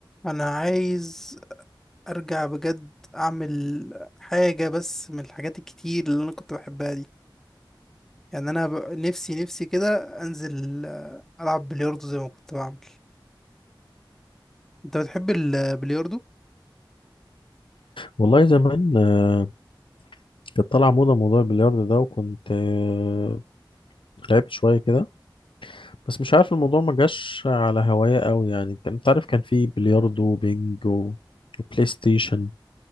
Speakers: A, in the centre; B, on the left.
A: انا عايز ارجع بجد اعمل حاجة بس من الحاجات الكتير اللي انا كنت بحبها دي يعني انا ب... نفسي نفسي كده انزل آه، العب بلياردو زي ما كنت بعمل انت بتحب البلياردو
B: والله زمان آه، كانت طالعة موضة موضوع البلياردو ده وكنت آه، لعبت شوية كده بس مش عارف الموضوع ما جاش على هواية قوي يعني كان انت عارف كان في بلياردو وبينج و- وبلاي ستيشن